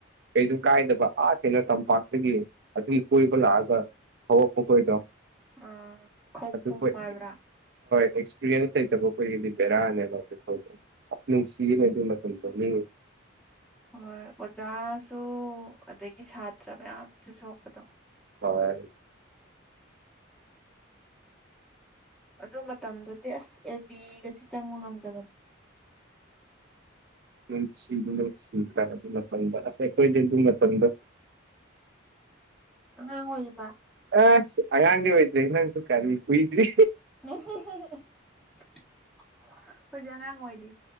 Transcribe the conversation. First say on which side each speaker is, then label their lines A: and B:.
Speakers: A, on the right (about 55°); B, in the centre.
A: ꯀꯩꯁꯨ ꯀꯥꯏꯗꯕ ꯑꯥ ꯀꯦꯅꯣ ꯇꯝꯄꯥꯛꯇꯒꯤ ꯑꯗꯨ ꯀꯣꯏꯕ ꯂꯥꯛꯑꯒ ꯍꯧꯕꯛꯄ ꯀꯣꯏꯗꯣ
B: ꯑ ꯈꯧꯄꯨꯝ
A: ꯑꯗꯨ ꯍꯣꯏ
B: ꯍꯥꯏꯕ꯭ꯔꯥ
A: ꯑꯦꯛꯁꯄꯤꯔꯤꯟꯁ ꯊ ꯇꯕꯣ ꯀꯣꯏꯒꯤꯗꯤꯗꯦꯔ ꯅ ꯐꯧꯗ ꯅꯨꯡꯁꯤꯅꯦ ꯑꯗꯨ ꯃꯀꯣꯅꯤ
B: ꯍꯣꯏ ꯑꯣꯖꯥꯁꯨ ꯑꯗꯒꯤ ꯁꯥꯇ꯭ꯔ ꯃꯌꯥꯝꯁꯨ ꯁꯣꯛꯄꯗꯣ
A: ꯍꯣꯏ
B: ꯑꯗꯨ ꯃꯇꯝꯗꯨꯗꯤ ꯑꯦꯁ ꯑꯦ ꯕꯤꯒꯁꯤ ꯆꯪꯕ ꯉꯝꯗꯕꯅꯤ ꯑꯟꯑꯣꯗꯤꯕꯜ
A: ꯎꯝ ꯁꯤꯗ ꯁꯤꯗ꯭ꯔꯥ ꯑꯗꯨ ꯃꯇꯝꯗ ꯑꯁꯥꯏ ꯑꯩꯈꯣꯏꯅꯦ ꯑꯗꯨ ꯃꯇꯝꯗ
B: ꯑ ꯍꯣꯕ
A: ꯑ ꯑꯥꯡꯦ ꯍꯣꯏꯗ꯭ꯔꯦ ꯏ ꯅꯪꯁꯨ ꯀꯔꯔꯤ ꯍꯣꯏꯗ꯭ꯔꯤ
B: ꯑꯩꯈꯣꯏꯗꯤ ꯑꯉꯥꯡ ꯑꯣꯏꯔꯤ